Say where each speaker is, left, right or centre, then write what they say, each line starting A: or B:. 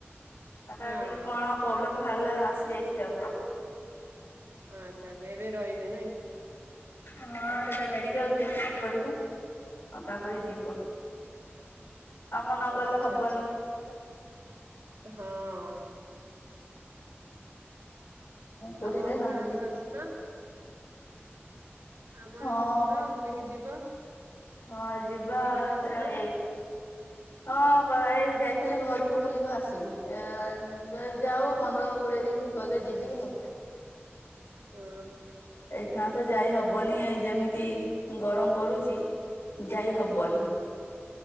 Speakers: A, on the left; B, on the right.
A: ଆ ତାର
B: ହଁ
A: ଟିକେ କଣ ପ୍ରୋବ୍ଲେମ ବାହାରିଲା ଆସିଯାଇଛି ଆଉ।
B: ଆଚ୍ଛା ଆଚଛା ଏବେ ରଇବେ ନାଇଁ?
A: ହଁ, ସେଟା ମେଡିକାଲ ଟ୍ରିଟମେଣ୍ଟ କରିବ ଆଉ ତାପରେ ଯିବ।
B: <unintelligible>
A: କାମ ନଗଲେ
B: ଆଚ୍ଛା
A: ହବନି।
B: ଆଚ୍ଛା ହଁ।
A: କୋଉଠି
B: ଆଉ
A: ଯାଇନ
B: ଆମ ଆଡେକୁ
A: ବୁଲି
B: ଆସୁନା। ଆମ
A: ହଁ
B: ଆଡ ସୁର ବୁଲିକି ଯିବ।
A: ହଁ ଯିବା
B: କେବେଠୁ ଆସିନ
A: ଯ ଏ ହଁ ପା ଏ ଯାଇଥିଲି ଘରକୁ ବୁଲିକି ଆସିକି ଇଁ ଯାଉ ପନ୍ଦର କୋଡିଏ ଦିନ ଗଲେ ଯିବି ଆଉ।
B: ହୁଁ।
A: ଏଇଖେଣା ତ ଯାଇ ହବନି ଏ ଯେମିତି ଗରମ କରୁଛି ଯାଇ ହବନି।